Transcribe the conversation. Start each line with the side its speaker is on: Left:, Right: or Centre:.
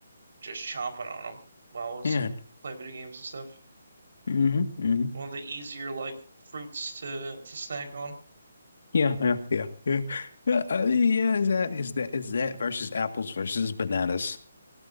Right: just chomping on them while I was
Left: Yeah.
Right: playing video games and stuff.
Left: hmm hmm
Right: One of the easier like fruits to to snack on.
Left: Yeah, yeah, yeah, yeah. Uh, uh, yeah, is that is that is that versus apples versus bananas?